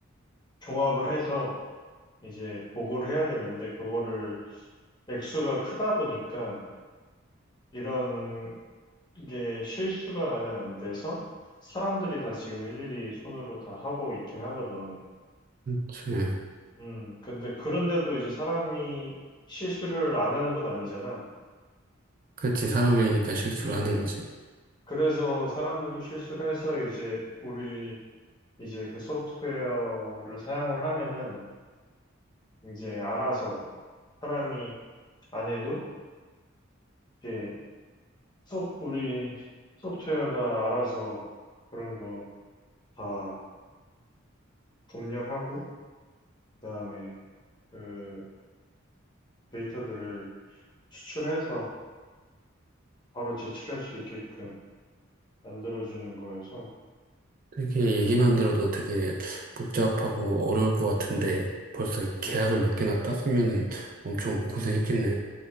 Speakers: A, on the left; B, on the right.
A: 종합을 해서 이제 보고를 해야 되는데 그거를 액수가 크다 보니까 이런 게 실수가 나면 안 돼서 사람들이 다 지금 일일이 손으로 다 하고 있긴 하거든.
B: 그렇지.
A: 음, 근데 그런데도 이제 사람이 실수를 안 하는 건 아니잖아.
B: 그렇지. 사람이니까 실수를
A: 음,
B: 하는 거지.
A: 그래서 사람들도 실수를 해서 이제 우리 이제 그 소프트웨어를 사용을 하면은 이제 알아서 사람이 안 해도 이제 소프, 우리 소프트웨어가 알아서 그런 거 다 검열하고, 그 다음에 그 데이터들을 추출해서 바로 제출할 수 있게끔 만들어주는 거여서,
B: 되게
A: 그래서,
B: 얘기만 들어도 되게 복잡하고 어려울 것 같은데 벌써
A: 음,
B: 계약을 몇 개나 땄으면은 엄청
A: 음,
B: 고생했겠네.